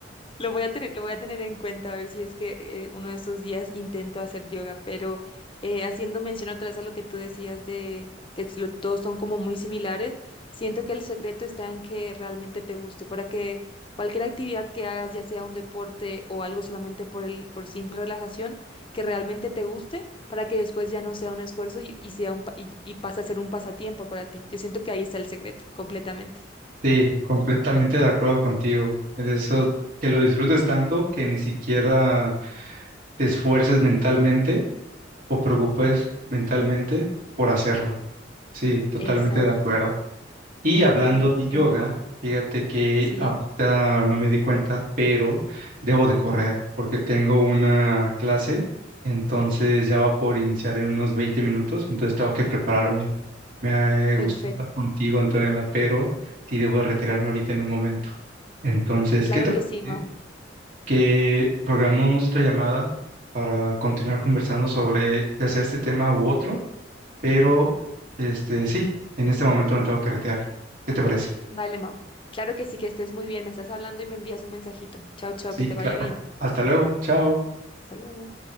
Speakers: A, on the left; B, on the right.
A: Lo voy a tener, lo voy a tener en cuenta a ver si es que eh, uno de estos días intento hacer yoga, pero eh, haciendo mención otra vez a lo que tú decías de que es lo- todos son como muy similares, siento que el secreto está en que realmente te guste, para que cualquier actividad que hagas, ya sea un deporte o algo solamente por el, por simple relajación, que realmente te guste, para que después ya no sea un esfuerzo y, y sea un, pa- y, y pase a ser un pasatiempo para ti. Yo siento que ahí está el secreto, completamente.
B: Sí, completamente de acuerdo contigo. En eso, que lo disfrutes tanto que ni siquiera te esfuerces mentalmente o preocupes mentalmente por hacerlo. Sí, totalmente
A: Exacto.
B: de acuerdo. Y hablando
A: L-
B: de yoga,
A: en-
B: fíjate que
A: sí,
B: ahorita no me di cuenta, pero debo de correr porque tengo una clase, entonces ya va por iniciar en unos 20 minutos, entonces tengo que prepararme. Me eh,
A: perfecto.
B: gustó hablar contigo, Antonella, pero sí debo de retirarme ahorita en un momento. Entonces,
A: Claro
B: ¿qué te
A: que
B: parece
A: sí, Mau.
B: que programamos nuestra llamada para continuar conversando sobre ya sea este tema u otro? Pero, este, sí, en este momento me tengo que retirar. ¿Qué te parece?
A: Vale, Mau. Claro que sí, que estés muy bien. Me estás hablando y me envías un mensajito. Chao, chao,
B: Sí,
A: que te vaya
B: claro.
A: bien.
B: Hasta luego. Chao.
A: Hasta luego.